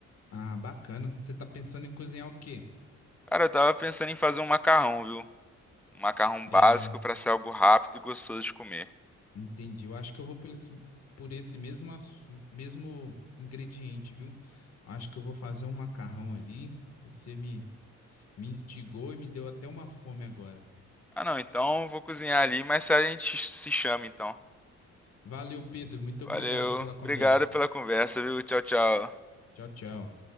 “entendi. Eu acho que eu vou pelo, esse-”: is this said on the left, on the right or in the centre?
Left